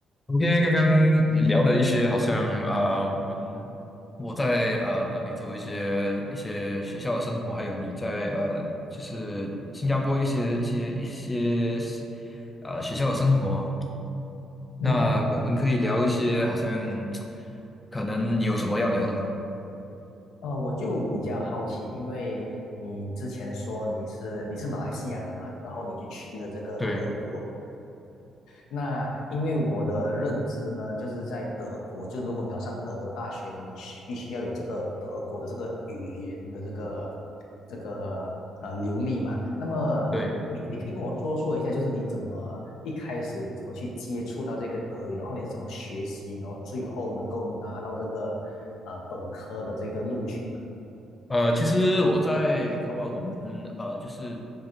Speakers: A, on the left; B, on the left.
A: OK，刚刚聊了一些，好像啊、呃我们我在呃南美洲一些一些学校的生活，还有你在呃就是新加坡一些一些一些呃学校的生活。
B: 嗯，
A: 那我们可以聊一些，好像可能你有什么要聊的吗？
B: 呃，我就比较好奇，因为你之前说你是你是马来西亚人嘛，然后你就去了这个德国
A: 对
B: 那因为我的认知呢，就是在德国，就如果你要上德国大学呢，你需必须要有这个德国的这个语言的这个这个呃流利嘛。那么你你可以跟我说说一下，
A: 对。
B: 就是你怎么一开始怎么去接触到这个德语，然后你是怎么学习，然后最后能够拿到这个呃本科的这个录取嘛？
A: 呃，其实我在考完我们呃，就是